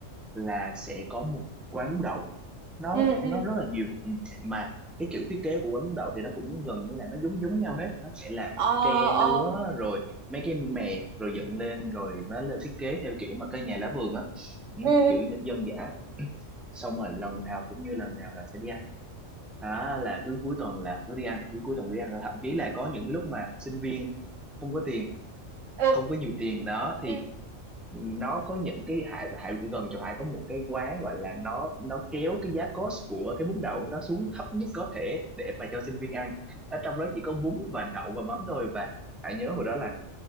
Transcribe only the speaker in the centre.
là sẽ có một quán bún đậu nó
nó
rất là nhiều Ừ. mà cái kiểu thiết kế của quán bún đậu thì nó cũng gần như là nó giống giống nhau hết nó sẽ là
tre
nứa rồi mấy cái mè rồi dựng lên rồi nó lên thiết kế theo kiểu mà cây nhà lá vườn á ừ,
kiểu dân dã Ừ. xong rồi lần nào cũng như lần nào là sẽ đi ăn đó là cứ cuối tuần là cứ đi ăn cứ cuối tuần đi ăn thậm chí là có những cái lúc mà sinh viên không có tiền
không có nhiều tiền đó thì
nó có những cái Hải Hải gần chỗ Hải có một cái quán gọi là nó nó kéo cái giá cost của cái bún đậu nó xuống thấp nhất có thể để mà cho sinh viên ăn ở trong đó chỉ có bún và đậu và mắm thôi và Hải nhớ hồi đó là